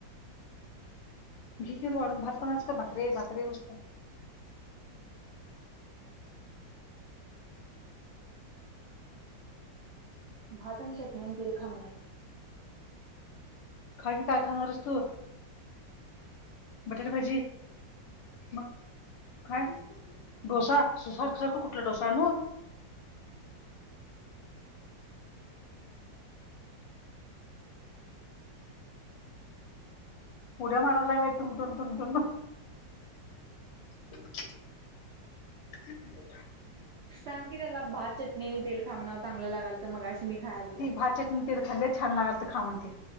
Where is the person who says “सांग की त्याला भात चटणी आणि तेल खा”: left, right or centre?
Right